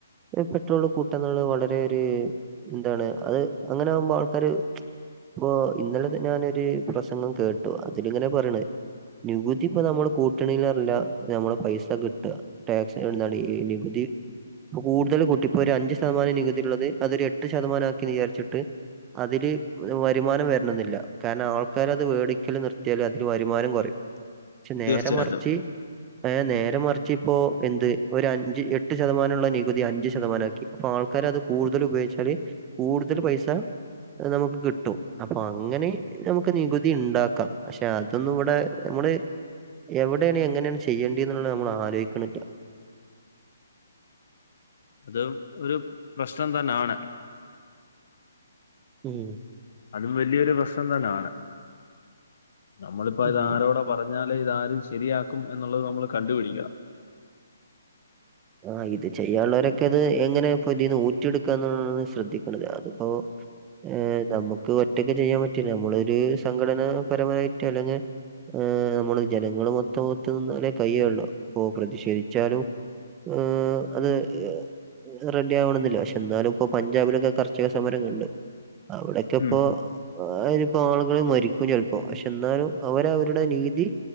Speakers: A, on the right; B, on the left.
A: ഈ പെട്രോള് കൂട്ടാ ന്നുള്ള വളരെ ഒരു എന്താണ് അത് അങ്ങനെ ആകുമ്പോ ആൾക്കാര് ഇപ്പൊ ഇന്നലെ ഞാനൊരു പ്രസംഗം കേട്ടു അതിലിങ്ങനെ പറീണ് നികുതി ഇപ്പൊ നമ്മള് കൂട്ടണീലേറെല്ല നമ്മളെ പൈസ കിട്ട ടാക്സ് എന്താണ് ഈ നികുതി ഇപ്പൊ കൂടുതൽ കൂട്ടി. ഇപ്പൊ ഒരു അഞ്ച് ശതമാനം നികുതിള്ളത് അതൊരു എട്ട് ശതമാനമാക്കീന്ന് വിചാരിച്ചിട്ട് അതില് വരുമാനം വ വരണംന്നില്ല. കാരണം ആൾക്കാര് അത് വേടിക്കല് നിർത്തിയാല് അതില് വരുമാനം കൊറിം പക്ഷെ നേരെ
B: തീർച്ചയായിട്ടും
A: മറിച്ച് നേരെ മറിച്ച് ഇപ്പോ എന്ത് ഒരു അഞ്ച് എട്ട് ശതമാനള്ള നികുതി അഞ്ച് ശതമാനാക്കി അപ്പൊ ആൾക്കാര് അത് കൂടുതൽ ഉപയോഗിച്ചാല് കൂടുതൽ പൈസ അത് നമുക്ക് കിട്ടും അപ്പൊ അങ്ങനെ നമുക്ക് നികുതി ഇണ്ടാക്കാം പക്ഷെ അതൊന്നും ഇവിടെ നമ്മൾ എവിടെണ് എങ്ങനെണ് ചെയ്യണ്ടിന്ന്ള്ള നമ്മൾ ആലോയ്ക്ക്ണില്ല
B: അത് ഒരു പ്രശ്നം തന്നാണ്
A: ഉം
B: അതും വലിയൊരു പ്രശ്നം തന്നാണ് നമ്മളിപ്പോ
A: ഉം.
B: ഇത് ആാരോട പറഞ്ഞാലേ ഇതാരും ശരിയാക്കും എന്നുള്ളത് നമ്മൾ കണ്ടുപിടിക്കണം
A: ആഹ് ഇത് ചെയ്യാള്ളൊരൊക്കെ ഇത് എങ്ങനെ ഇപ്പ ഇതീന്ന് ഊറ്റിയെടുക്കാ എന്നാണ് ശ്രദ്ധിക്കണത് അതിപ്പോ ഏർ നമുക്ക് ഒറ്റക്ക് ചെയ്യാൻ പറ്റില്ല നമ്മളൊരു സംഘടനാപരമായിട്ട് അല്ലെങ്കിൽ ആഹ് നമ്മള് ജനങ്ങൾ മൊത്തം ഒത്ത് നിന്നാല്ലെ കഴിയെള്ളു പ്പൊ പ്രതിഷേധിച്ചാലും ഉം അതെ ഏഹ് വടെ റെഡിയവണെന്നില്ല പക്ഷെ എന്നാലും ഇപ്പൊ പഞ്ചാബിലൊക്കെ കർച്ചക സമരം കണ്ട് അവിടെക്കിപ്പോ
B: ഉം ഉം.
A: ആയിരിപ്പോ ആളുകൾ മരിക്കും ചെലപ്പോ പക്ഷെ എന്നാലും അവര അവരുടെ നീതി